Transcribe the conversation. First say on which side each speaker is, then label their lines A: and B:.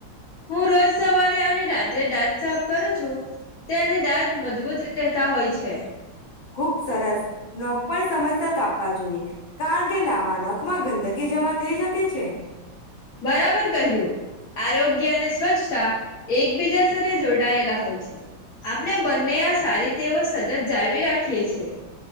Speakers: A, on the left; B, on the left.
A: હું રોજ સવારે અને રાત્રે દાંત સાફ કરું છું ત્યાંથી દાત મજબૂત ર રહેતા હોય છે
B: ખુબ સરસ નખ પણ સમયસર કાપવા જોઈએ કારણ કે લાંબા નખમાં ગંદકીી જમા થઈ શકે છે
A: બરાબર કહ્યું આરોગ્ય અને સ્વચ્છતા એકબીજા સાથે જોડાયેલા હોય છે આપણે બંને આ સારી તેઓ સતત જાળવી રાખીએ છે